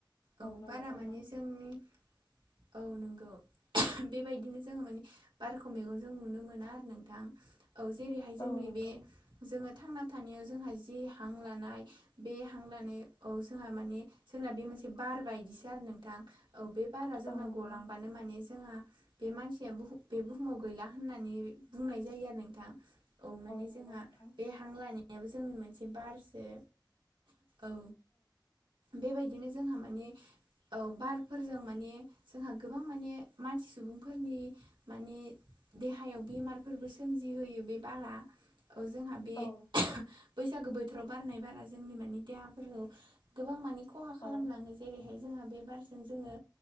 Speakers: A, on the right (about 75°); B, on the left (about 65°).
A: औ
B: नंगौ
A: बारा
B: नोंथां
A: माने जोंनि औ नोंगौ बेबायदिनो जोङो माने बारखौ मेगनजों नुनो मोना आरो नोंथां औ जेरैहाय जोंनि
B: औ नंगौ
A: बे जोङो थांना थानायाव जोंहा जि हां लानाय बे हां लानाय औ जोंहा माने जोंना बे मोनसे बार बायदिसो आरो नोंथां औ बे बारा जोंना
B: औ नंगौ
A: गलांबानो माने जोंहा बे मानसिया बुहु बे बुहुमाव गैला होननानै बुंनाय जायो आरो नोंथां औ माने
B: नंगौ
A: जोंहा
B: नोंथां
A: बे हां लानायाबो जोंनि मोनसे बारसो औ बेबायदिनो जोंहा माने औ बारफोरजों माने जोंहा गोबां माने मानसि सुबुंफोरनि माने देहायाव बेमारफोरबो सोमजिहोयो बे बारा औ जोंहा बे
B: औ
A: बैसागो बोथोराव बारनाय बारा जोंनि मानि देहाफोरखौ गोबां मानि खहा खालामलाङो
B: औ
A: जेरैहाय जोंहा बे बारजों जोङो